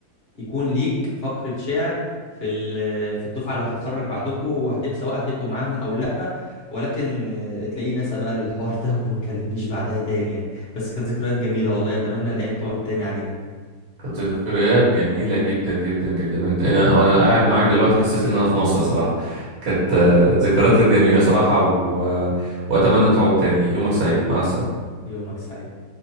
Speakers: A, on the left; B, on the right.
A: يكون ليك فقرة شعر في ال- في الدفعة اللي هتتخرج بعدكم وهتبقى سواء هتبقوا معاهم او لا ولكن آه، تلاقيه نسى بقى الحوار <laughs> ده وما كلمنيش بعدها تاني يعني بس كانت ذكريات جميلة والله اتمنى الايام تعود تاني علينا
B: كانت ذكريات جميله جدا جدا جدا انت انا انا قاعد معاك دلوقتي حسيت ان انا في مصر صراحه كانت آه، ذكريات كانت جميله صراحه و... واتمنى تعود تاني يومك سعيد مع السلامه
A: يومك سعيد